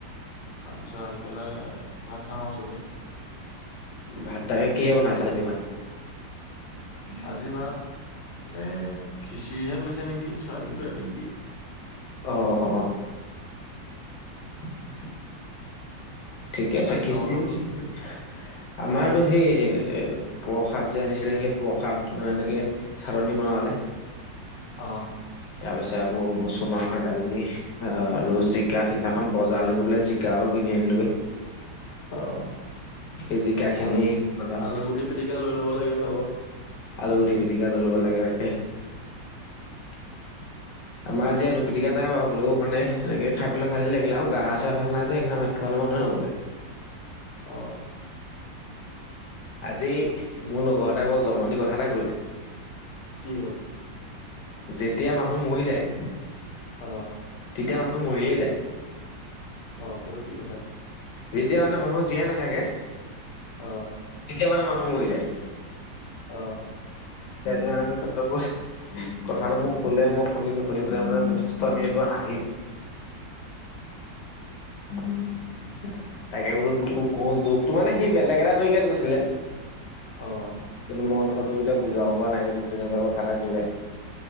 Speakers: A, on the left (about 50°); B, on the left (about 70°).
A: তাৰ পিছত আহি পেলাই ভাত খাম আৰু চবেই।
B: ভাত তাকে কিহে বনাইছে আজি ভাত?
A: আজি ভাত এ' খিচিৰিহে কৈছে নেকি চৰায়বিন-তৰায়বিন দি।
B: অ', অ', অ',। <unintelligible> ঠিকে আছে
A: বাকী
B: খিচিৰ।
A: তহঁতৰ কি
B: আমাৰতো সেই প্ৰসাদ যে আনিছিলে, সেই প্ৰসাদ মানে এনেকে। চাতনী বনালে।
A: অ',
B: তাৰ পাছত আকৌ মচু মাহৰ দালি। অ', আৰু জিকা সিদিনাখন বজাৰ লৈ পেলে জিকা অলপ কিনি আনিলো গে।
A: অ',
B: সেই জিকা খিনি
A: আলু-
B: বনাও
A: আলু গুটি পিটিকা লৈ ল'ব লাগে লগত।
B: আলু গুটি পিটিকা লৈ ল'ব লাগে তাকে।
A: <unintelligible>
B: আমাৰ যে আলু পিটিকা নাই বাৰু, হলেও মানে তেনেকে খাই ভালে লাগিলে আৰু গা' চা' ভাল নাই যে সেইকাৰে ভাত খাবলৈ মনে নগ'লে।
A: অহ',
B: আজি মোৰ লগৰ এটা বৰ জমনি কথা এটা কলে।
A: কি হ'ল?
B: যেতিয়া মানুহ মৰি যায়।
A: অ',
B: তেতিয়া মানুহ মৰিয়ে যায়।
A: অ', সেইটো কি কথা।
B: যেতিয়া মানে মানুহ জীয়াই নাথাকে।
A: অ',
B: তেতিয়া মানে মানুহ মৰি যায়।
A: অ',
B: তেজি মানে মোক কথাটো <unintelligible> কথাটো মোক কলে মই শুনিলোঁ। শুনি পেলাই মানে যথেষ্ট আমি এইটো হাঁহিলো। <unintelligible> তাকে বোলো তোকো কও জক তো, মানে সি বেলেগ এটা তৰিকাত গৈছিলে।
A: অ'
B: মই ধৰ তোক এতিয়া বুজাব পৰা নাই কিন্তু তেনেকুৱা কথা এটা ক'লে।